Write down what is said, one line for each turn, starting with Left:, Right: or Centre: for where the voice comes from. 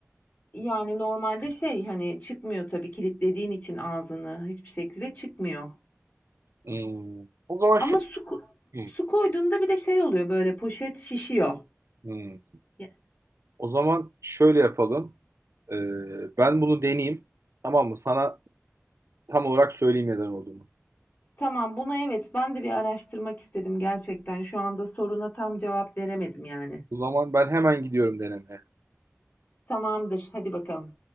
Left: yani normalde şey, hani, çıkmıyor tabii kilitlediğin için ağzını hiçbir şekilde çıkmıyor.
Right: Hmm. O zaman
Left: Ama
Right: şu
Left: su ko
Right: Hmm.
Left: su koyduğunda bir de şey oluyor, böyle, poşet şişiyor.
Right: Hmm.
Left: Ya
Right: O zaman şöyle yapalım. Ee, ben bunu deneyeyim. Tamam mı? Sana tam olarak söyleyeyim neden olduğunu.
Left: Tamam, bunu evet, ben de bir araştırmak istedim gerçekten. Şu anda soruna tam cevap veremedim yani.
Right: O zaman ben hemen gidiyorum denemeye.
Left: Tamamdır, hadi bakalım.